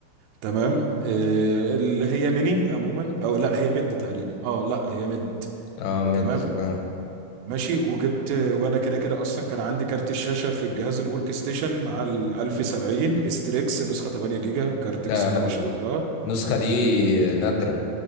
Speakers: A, on the right; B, on the left.
A: تمام آه، اللي هي ميني عموما او لا هي ميد تقريبا اه لا هي ميد
B: اه مد
A: تمام
B: آه.
A: ماشي وجبت آه، وانا كده كده اصلا كان عندي كارت الشاشه في الجهاز الورك ستيشن مع ال 1070 استريكس نسخه 8 جيجا كارت
B: ده
A: بسم الله ما شاء الله
B: النسخه دي نادره